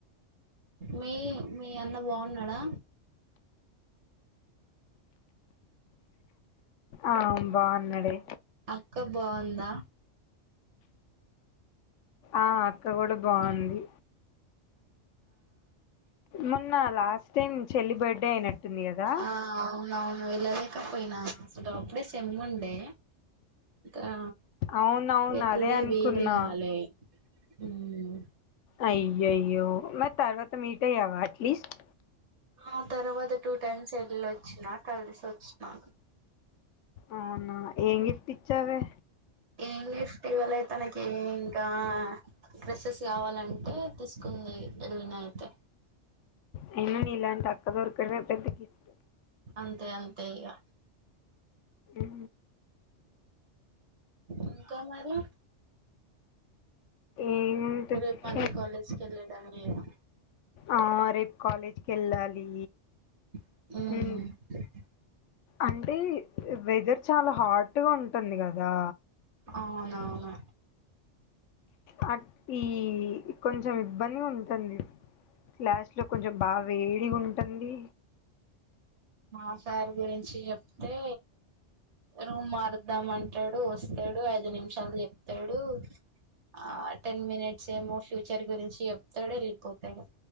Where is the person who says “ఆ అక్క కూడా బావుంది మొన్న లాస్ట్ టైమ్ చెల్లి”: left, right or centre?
Left